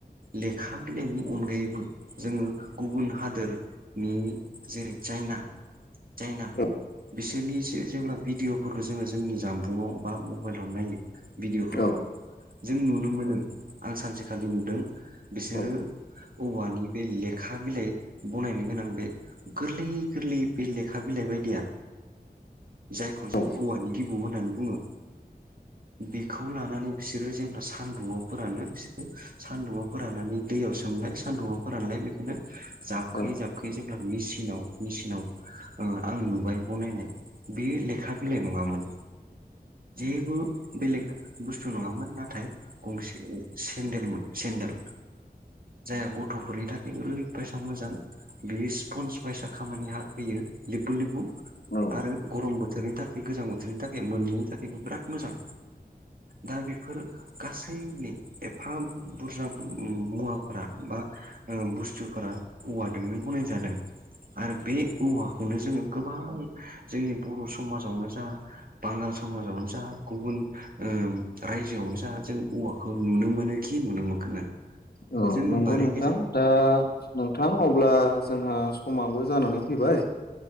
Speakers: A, on the right (about 60°); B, on the left (about 70°).
A: लेखा बिलाइनि अनगायैबो जोङो गुबुन हादोरनि जेरै चायना जायना
B: औ
A: बिसोरनिसो जेब्ला भिडिअ'फोरखौ जोङो जोंनि जामबुंङाव बा मबाइलाव नायो भिडिय'फोरखौ
B: औ
A: जों नुनो मोनो आं सानसेखालि नुदों बिसोरो
B: औ
A: औवानि बे लेखा बिलाइ बनायनो गोनां बे गोरलै गोरलै बे लेखा लेखा बिलाइ बायदिया जायखौ जोङो
B: औ
A: औवानि बिबौ होननानै बुङो बेखौ लानानै बिसोरो जेब्ला सान्दुंआव फोरानो बिसोरो सान्दुआव फोराननानै दैयाव सोमनाय सान्दुआव फोरानलाय बेखौनो जाबखोयै
B: औ
A: जाबखोयै जेब्ला मसिनाव मेसिनाव आं नुबाय बनायनाय बेयो लेखा बिलाइ नङामोन। जेबो बेलेग बुस्थु नङामोन नाथाय गंसे सेन्देलमोन ल जाया गथ'फोरनि थाखाय ओरैबायसा मोजां बेयो स्पन्स फायसा खामानि होयो लेबबु लिबबु
B: औ
A: आरो गरम बोथोरनि थाखाय गोजां बोथोरनि थाखाय मोननैनि थाखायबो बिराद मोजां दा बेफोर गासैनि एफा बुरजा मुवाफोरा बा ओ बुस्थुफोरा औवाजोनो बनायज जादों। आरो बे औवाखौनो जोङो गोबां जोंनि बर' समाजावनो जा बांगाल समाजावनो जा गुबुन ओ। रायजोआवनो ज जों औवाखौ नुनो मोनो खि नुनो मोनोन
B: औ
A: जो
B: नंगौ
A: ब
B: नोंथां दा नोंथां अब्ला जोंहा समाबो जानानै फैबाय।